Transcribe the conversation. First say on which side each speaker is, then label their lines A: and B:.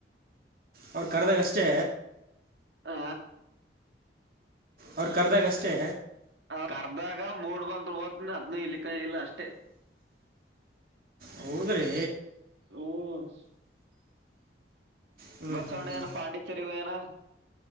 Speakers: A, on the right; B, on the right.
A: ಅವ್ರು ಕರೆದಾಗ ಅಷ್ಟೇ
B: ಆ
A: ಅವ್ರ ಕರ್ದಾಗ ಅಷ್ಟೇ
B: ಕರ್ದಾಗ ಮೂಡ್ ಬಂದ್ರ ಹೋತಿನಿ ಅದ್ನ ಇಲ್ಲಿಕ್ಕ ಇಲ್ಲ ಅಷ್ಟೇ
A: ಹೌದ್ರಿ
B: ಹ್ಮ್
A: ಹ್ಞೂ
B: ಬಸವಣ್ಣ
A: ಹ್ಞೂ ಹ್ಞೂ
B: ಏನ ಪಾಂಡಿಚೆರಿ ಹೋಗ್ಯನ